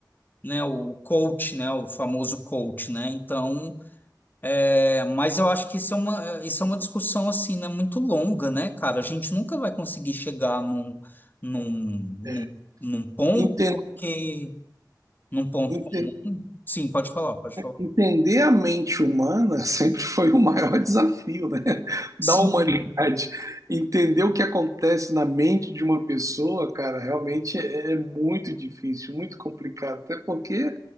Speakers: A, on the left; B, on the right.
A: né, o coach, né, o famoso coach, né? Então, é, mas eu acho que isso é uma, é, isso é uma discussão assim, né, muito longa, né, cara? A gente nunca vai conseguir chegar num, num, num,
B: É,
A: num ponto
B: Entender,
A: porque num ponto
B: entender,
A: comum. Sim, pode falar, pode falar.
B: entender a mente humana <laughs> sempre foi o maior desafio, né? Da
A: Sim.
B: humanidade. Entender o que acontece na mente de uma pessoa, cara, realmente é, é muito difícil, muito complicado, até porque